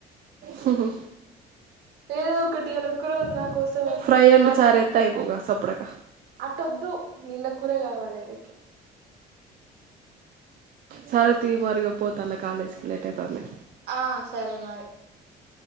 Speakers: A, on the right (about 60°); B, on the right (about 75°).
A: హహో
B: ఏదో ఒకటి ఇయాల ఒక్క రోజు నా కోసం
A: ఫ్రై అండి
B: ఆలు
A: చారి ఎత్త అయిపోగా చప్పుడక
B: అట్టొద్దు నీళ్ళ కూూర కావాలి ఆయనకి
A: సరతి మరిగా పోతాన్న కాలేజ్ కి లేట్ అయితాంది
B: ఆ సరే మరి